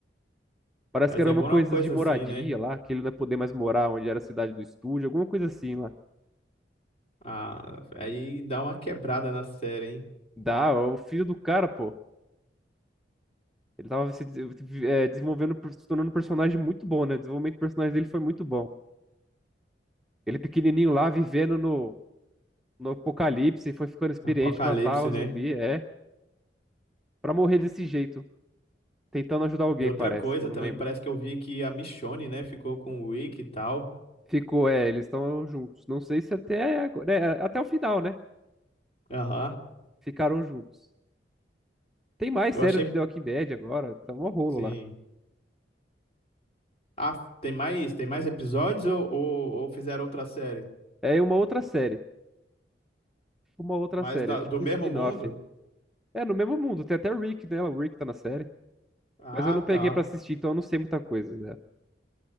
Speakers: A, in the centre; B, on the left.
A: Parece
B: Mas
A: que era
B: é alguma
A: uma coisa
B: coisa
A: de moradia
B: assim, né?
A: lá, que ele não ia poder mais morar onde era a cidade do estúdio, alguma coisa assim lá.
B: Ah, aí dá uma quebrada na série, hein?
A: Dá, ó, o filho do cara, pô. Ele tava se des- eh, desenvolvendo, se tornando um personagem muito bom, né? O desenvolvimento do personagem dele foi muito bom. Ele pequenininho lá, vivendo no, no apocalipse, foi ficando experiente,
B: Apocalipse,
A: matava zumbi,
B: né?
A: é. Pra morrer desse jeito. tentando ajudar alguém,
B: E outra
A: parece,
B: coisa
A: não
B: também,
A: lembro.
B: parece que eu vi que a Michonne, né, ficou com o Rick e tal.
A: Ficou, é, eles estão juntos. Não sei se até, agora- é, até o final, né?
B: Aham.
A: Ficaram juntos. Tem mais
B: Eu
A: série
B: achei.
A: do The Walking Dead agora, tá um rolo
B: Sim.
A: lá.
B: Ah, tem mais, tem mais episódios ou, ou, ou fizeram outra série?
A: É uma outra série, uma outra
B: Mas
A: série,
B: da-
A: é tipo
B: do mesmo
A: um spin-off.
B: mundo?
A: É, no mesmo mundo, tem até o Rick nela, o Rick tá na série.
B: Ah,
A: Mas eu não peguei
B: tá.
A: pra assistir, então eu não sei muita coisa, né?